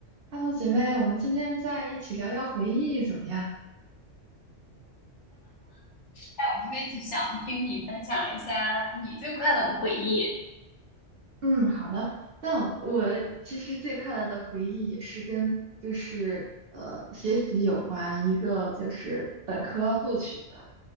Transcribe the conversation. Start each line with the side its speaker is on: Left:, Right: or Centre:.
Right: 哈喽，姐妹，我们今天在一起聊聊回忆怎么样？
Left: 哎，我特别想听你分享一下你最快乐的回忆。
Right: 嗯，好的。但我其实最快乐的回忆也是跟就是呃学习有关，一个就是本科录取的